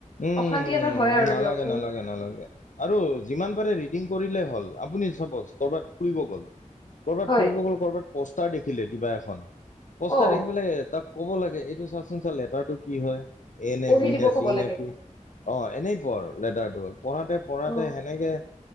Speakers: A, on the left; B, on the left.
A: উমম,
B: অশান্তি এটা হয় আৰু
A: নালাগে,
B: দিয়কচোন
A: নালাগে, নালাগে। আৰু যিমান পাৰি <inaudible> কৰিলেই হ'ল। আপুনি চাপ'জ ক'ৰবাত ফুৰিব গ'ল। ক'ৰবাত
B: হয়
A: ফুৰিব গ'ল ক'ৰবাত পোষ্টাৰ দেখিলে কিবা এখন। পোষ্টাৰ
B: অ
A: দেখি পেলায় তাক ক'ব লাগে, এইটো চাচ <inaudible> লেটাৰটো কি হয়! এ নে?
B: পঢ়ি
A: বি
B: দিব
A: নে?
B: ক'ব
A: চি
B: লাগে
A: নে? পি অ' এনেই পঢ় লেটাৰটো। পঢ়োঁতে পঢ়োঁতে
B: অ
A: তেনেকৈ